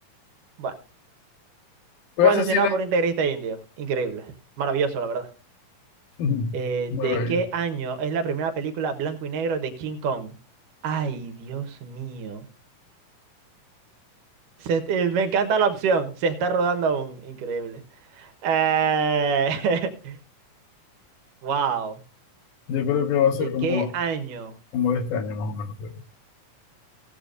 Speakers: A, on the right; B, on the left.
A: bueno.
B: Fue
A: Fue
B: asesinado.
A: asesinado por un integrista indio. Increíble. Maravilloso, la verdad.
B: <laughs>
A: Eh,
B: Maravilloso.
A: ¿de qué año es la primera película blanco y negro de King Kong? Ay, Dios mío. Se- eh, me encanta la opción. Se está rodando aún. Increíble. Eh, <laughs> Wow.
B: Yo creo que va
A: ¿De
B: a ser como
A: qué año?
B: como de este año más o menos. creo yo.